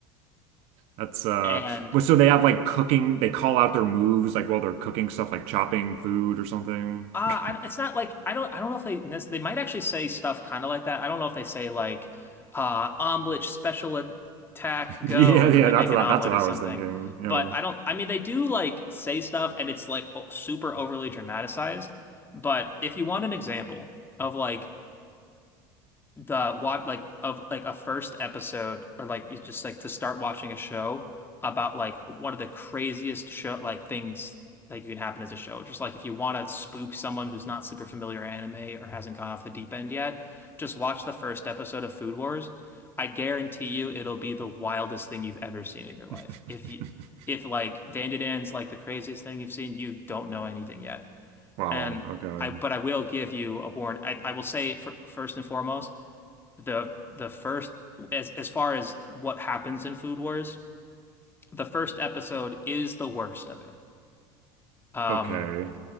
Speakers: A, on the right; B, on the left.
A: That's uh
B: And
A: but so they have like cooking they call out their moves like while they're cooking stuff like chopping food or something.
B: Uh, I,
A: <laughs>
B: it's not like I don't I don't know if they nec- they might actually say stuff kind of like that. I don't know if they say like uh omelet special attack
A: Yeah,
B: go and
A: yeah,
B: then they
A: that's
B: make
A: what
B: an omelet
A: that's what
B: or
A: I
B: something.
A: was thinking.
B: But
A: Yeah.
B: I don't I mean they do like say stuff and it's like o super overly dramatized. But if you want an example of like the what like of like a first episode or like you just like to start watching a show about like one of the craziest show like things that you can happen as a show. Just like if you want to spook someone who's not super familiar with anime or hasn't gone off the deep end yet, just watch the first episode of Food Wars. I guarantee you it'll be the wildest thing you've ever seen in your life.
A: <laughs>
B: If you if like Dandadan's like the craziest thing you've seen, you don't know anything yet.
A: Wow,
B: And
A: okay.
B: I but I will give you a warning. I, I will say for first and foremost the the first as as far as what happens in Food Wars, the first episode is the worst of it. Um,
A: Okay.